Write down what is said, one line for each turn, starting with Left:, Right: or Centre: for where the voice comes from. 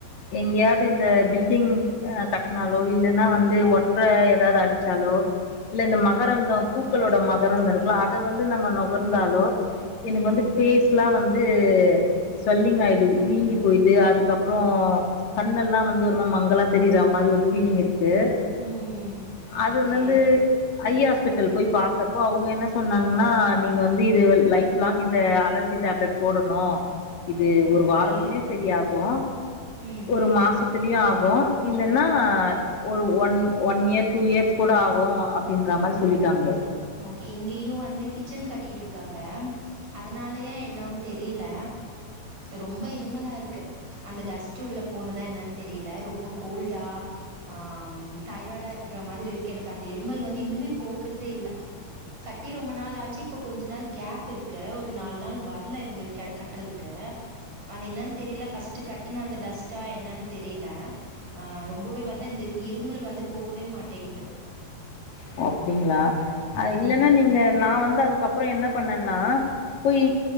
Left: எங்கேயாத் தத்து இந்த பில்டிங் ஆ கட்னாலோ இல்லன்னா வந்து ஒட்ர ஏதாவது அடிச்சாலோ இல்ல
Right: ஆ
Left: இந்த மகரந்தம் பூக்களோட மகரந்தம் இருக்குல்ல அத வந்து நம்ம நொகர்ந்தாலோ எனக்கு
Right: ம்
Left: வந்து ஃபேஸ்ல்லா வந்து சொல்லிங்காயிடுது வீங்கி போயிட்டு அதுக்கப்றோ கண்ணெல்லா வந்து ஒரு மாரி மங்களா தெரியுற மாரி அப்டி ஒரு ஃபீலிங் இருக் து
Right: ம்
Left: அதுநுந்து
Right: ஓகே
Left: ஐ ஹாஸ்பிட்டல் போய் பாத்தப்போ அவுங்க என்ன சொ சொன்னாங்கன்னா நீங்க வந்து இதைவல் லைஃப் லாங் இந்த அலர்ஜி டேப்லெட் போடணு இது ஒரு வாரத்திலியு
Right: ஓகே
Left: சரியாகு
Right: ம்
Left: ஒரு மாசத்திலியு ஆகு இல்லன்னா ஒரு one one year two years கூட ஆகு அப்டின்ற மாரி சொல்லிட்டாங்க
Right: ஓகே இங்கேயு வந்து கிச்சன் கட்டிட்டு இருக்காங்க அதனாலயா என்னொன்னு தெரில ரொம்ப இருமலா இருக்கு அந்த டஸ்ட் உள்ள போனதா என்னன்னு தெரியல ரொம்ப கோல்டா ஆம் டயர்டா இருக்கிற மாரி இருக்கு எனக்கு அந்த இருமல் வந்து இன்னுமே போகுறதே இல்ல கட்டி ரொம்ப நாள் ஆச்சு இப்போ கொஞ்ச நாள் கேப் இருக்கு ஒரு நால் நாள் வர்ல இவுங்க க கட்றதுக்கு அது என்னன்னு தெரில ஃபஸ்ட்டு கட்டுன அந்த டஸ்டா என்னனு தெரில ஆ ரொம்பவே வந் ல இந்த இருமல் வந்து போகவே மாட்டேங்து
Left: ஒ அப்டிங்ளா அ
Right: ம்
Left: இல்லன்னா நீங்க நா வந்து அதுக்கப்றோ என்ன பண்ணன்னா போய்